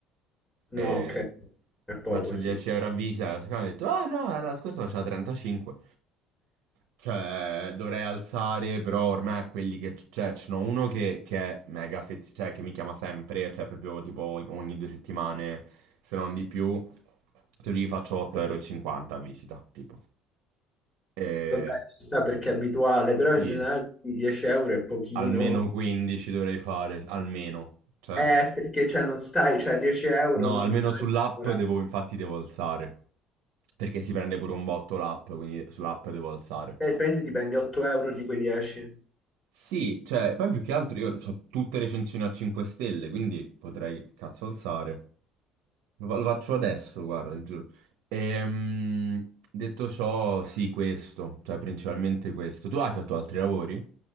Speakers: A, on the left; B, on the right.
A: No,
B: E
A: ok, è poco,
B: faccio 10
A: sì.
B: euro a visita. La seconda mi ha detto, ah no, la scorsa faceva 35. Cioè, dovrei alzare, però ormai quelli che... Cioè, ce n'ho uno che, che è mega affezionato, cioè, che mi chiama sempre, cioè, proprio tipo ogni due settimane, se non di più. Che lì faccio 8,50 euro e cinquanta a visita, tipo. E...
A: Vabbè, si sa perché è abituale, però
B: Sì,
A: in generale sì, 10 euro è pochino.
B: Almeno 15 dovrei fare, almeno. Cioè,
A: Eh, perché cioè non stai, cioè 10 euro
B: no,
A: non
B: almeno
A: stai
B: sull'app
A: ora.
B: devo,
A: E
B: infatti devo alzare. Perché si prende pure un botto l'app, quindi sull'app devo alzare.
A: praticamente ti prendi 8 euro di quei 10.
B: Sì, cioè, poi più che altro io ho tutte recensioni a 5 stelle, quindi potrei cazzo alzare. Lo, fa- lo faccio adesso, guarda, ti giuro. Ehm, detto ciò, sì, questo, cioè principalmente questo. Tu hai fatto altri lavori?